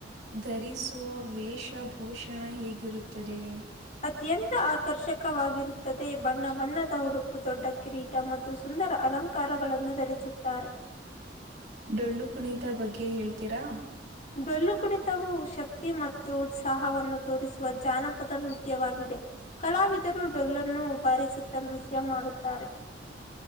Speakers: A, on the right; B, on the left.
A: ಧರಿಸುವ ವೇಷ. ಭೂಷಣ ಹೇಗಿರುತ್ತದೆ.
B: ಅತ್ಯಂತ ಆಕರ್ಷಕವಾಗಿರುತ್ತದೆ ಬಣ್ಣ ಬಣ್ಣದ ಉಡುಪು ದೊಡ್ಡ ಕಿರೀ. ಟ ಮತ್ತು ಸುಂದರ ಅಲಂಕಾರಗಳನ್ನು ಧರಿಸುತ್ತಾರೆ.
A: ಡೊಳ್ಳು ಕುಣಿತ ಬಗ್ಗೆ ಹೇಳ್ತೀರಾ
B: ಹ ಡೊಲ್ಲು ಕುಣಿತವು ಶಕ್ತಿ ಮತ್ತು ಉತ್ಸಾಹವನ್ನು ತೋರಿಸುವ ಜಾನಪದ ನೃತ್ಯವಾಗಿದೆ. ಕಲಾವಿದರು ಡೊಲ್ಲನ್ನು ಬಾರಿಸುತ್ತ ನೃತ್ಯ ಮಾಡುತ್ತಾರೆ.